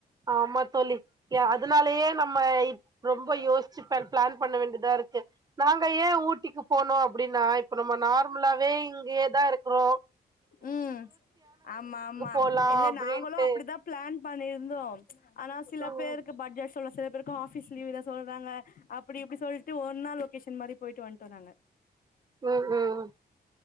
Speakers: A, on the right; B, on the left.
A: ஆமா தோழி ஏ அதுனாலயே நம்ம இ ரொம்ப யோசிச்சி பர் பிளான் பண்ண வேண்டிதா இருக்கு நாங்க ஏயே ஊட்டிக்கு போனோ அப்டின்னா இப்ப நம்ம நார்மலாவே இங்கயே தா இருக்குறோ
B: ம் ஆமா ஆமா
A: போலா
B: இல்ல
A: அப்டின்ட்டு
B: நாங்களு அப்டிதா பிளான் பண்ணியிருந்தோ ஆனா சில
A: ம்
B: பேருக்கு பட்ஜெட் சொல்ல சில பேருக்கும் ஆஃபீஸ் லீவ் இல்ல சொல்றாங்க அப்டி இப்டி சொல்டு ஒரு நாள் வெக்கேஷன் மாரி போயிட்டு வன்டோ நாங்க
A: ம் ம்